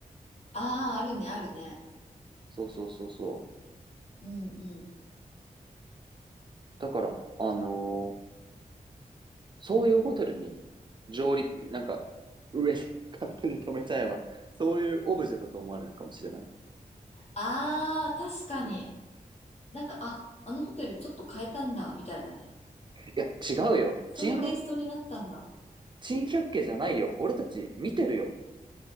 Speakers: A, on the left; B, on the right.
A: ああ、あるね、あるね。
B: そうそうそうそう。
A: うんうん。
B: だから、あのーそういうホテルに上陸、なんか、上に <laughs> 勝手に止めちゃえば、そういうオブジェだと思われるかもしれない。
A: ああ、確かに。
B: うん。い
A: なんか、あ、あのホテルちょっと変えたんだ、みたいなね。
B: や、違うよ。
A: そういうテイストになったんだ。
B: 珍百、珍百景じゃないよ。俺たち見てるよ。